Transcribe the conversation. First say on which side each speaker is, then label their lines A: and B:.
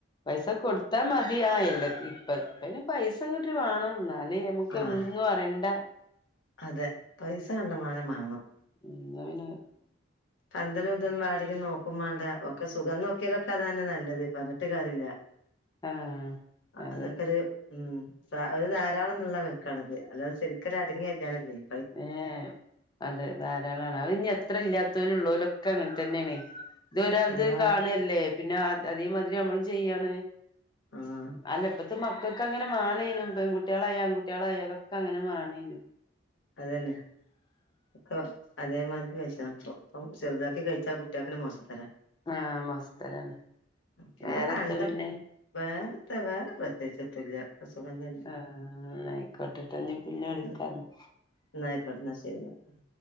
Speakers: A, on the left; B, on the left.
A: പൈസ കൊടുത്താ മതി അ ആല്ല ഇപ്പ ഇപ്പ പൈസങ്ങട്ട് വണംന്ന അല്ലെ നമക്ക്
B: ആഹ്
A: ഒന്നുമറിയണ്ട
B: അതെ പൈസ കണ്ടമാനം മാ ണം
A: എന്നാ പിന്നെ
B: പന്തലും ഇതൊന്നും വാടക നോക്കുമാണ്ട ഒക്കെ സുഖം നോക്കിയലൊക്കെ അതന്നെ നല്ലത് പറഞ്ഞിട്ട് കര്യ ല്ല
A: ആഹ് അതെ
B: അതൊക്കെ ഒര് ഉം സ ഒരു ധാരാളം എന്നുള്ള നെൽക്കാണത് അല്ലാതെ ശെരിക്കൊരു അടങ്ങിയ കല്യാണല്ലത്
A: ഏ അതെ ധാരാളാണ് അത് ഇനി എത്ര ഇല്ലാത്തൊലും ഉള്ളൊലൊക്കെ അങ്ങനെ തന്നെയാണ് ഇത്ഒരാൾത്
B: എല്ലാരും
A: കാണ് അല്ലേ പിന്നെ അതേമാതിരി നമ്മള് ചെയ്യാണ്
B: ആഹ്
A: അല്ലെ ഇപ്പ അത് മക്കൾക്ക് അങ്ങനെ മാണേനും പെൺകുട്ടികളായ ആൺകട്ടികളായാലൊക്കെ അങ്ങനെ മാണേനും
B: അതന്നെ ഒക്കെ അതേമാതിരി കൈച്ചനപ്പോ ഇപ്പൊ ചെറുതാക്കി കഴിച്ചാ കുട്ടിയേക്കെന്നെ മൊഷത്തരാ
A: ആഹ് മൊശതരാണ്
B: പിന്നെപ്പോ
A: വേറെത
B: പണ്ട
A: പിന്നെ
B: വേറെത്തെ വേറെ പ്രത്യേകിച്ചെത്തുല്ല സുഖം തന്നെ
A: ആഹ് നയിക്കോട്ടട്ടൊ പിന്നെ വിളിക്കാന്ന്
B: ഉം ന്നാ അയിക്കോട്ടെ എന്നാ ശരി ന്നാല്